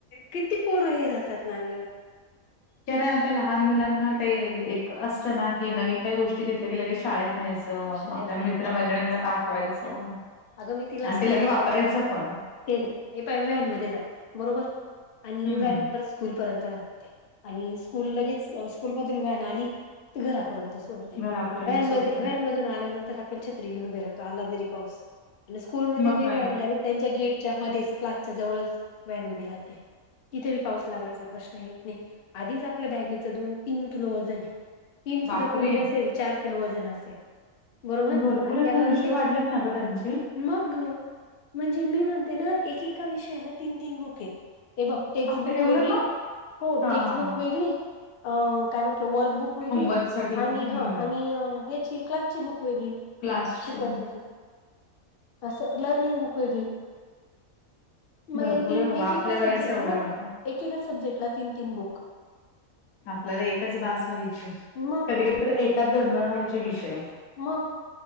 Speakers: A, on the left; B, on the left.
A: किती पोर हे राहतात नाग
B: कारण आता लहान मुलांना ते एक असतं ना की नवीन काय गोष्टी घेतल्या गेलं के शाळेत ्यायच आपल्या
A: शाळेत
B: मित्रमैध
A: न्यायचं
B: दाखवायचं.
A: अगं मी तिला
B: आणि
A: सांगते
B: ते लगे वापरायचं
A: आता
B: पण.
A: ते प व्हॅन मध्ये जाते बरोबर आणि
B: हम्म
A: व्हॅन स्कूल पर्यंत राहते आणि स्कूल लगेच स्कूल मधून व्हन आली तर घरापर्यंत ोड व्हॅन
B: घरापर्यंत सोडते.
A: म व्हॅन मधून आल्यानंतर आपण छत्री घेऊन उभे राहतो आला तरी पाऊस. आणि स्कूलमध्येध्ये
B: मग काय
A: बी व्हॅन
B: तर
A: डायरेक्ट त्यांच्या गेटच्या मध्येच क्लास च्या जवळच व्हॅन उभी राहते. तिथे पाऊस लागायचा प्रश्न येत नाही आधीच आपल्या बॅगेचं दोन तीन किलो वजन आहे. तीन
B: बापरे!
A: सुद्धा कमी असेल चार किलो वजन असेल. बरोबर
B: भरपूरत
A: आणि त्याचा
B: ना
A: जरी
B: विषय वाढलेत ना ग त्यांचे
A: मग म्हणजे मी म्हणते ना एकेका विषयाला तीन तीन बुक आहेत हे बघ. टेक्स्टबुक
B: बापरे! एवढं
A: वेगळी
B: का?
A: हो
B: हा
A: टेक्स्टबुक
B: हा हा
A: वेगळी अ काय म्हटलं वर्कबुक वेगळी
B: होमवर्क साठी हम्म
A: आणि ह आणि याची क्लास ची बुक वेगळी
B: क्लासची
A: शिकवायसाठी. असं लर्निंग बुक वेगळी मग
B: भरपूर
A: तीन
B: आहे बाबा
A: एकका
B: आपल्या
A: सब्जेक्ट
B: वेळेस एवढं
A: ना
B: नव्हतं.
A: एकेका सब्जेक्टला तीन तीन बुक
B: आपल्याला एकच बास व्हायची
A: मग
B: कधी कधी तर एच दोन दोन व्हायचे विषय
A: मग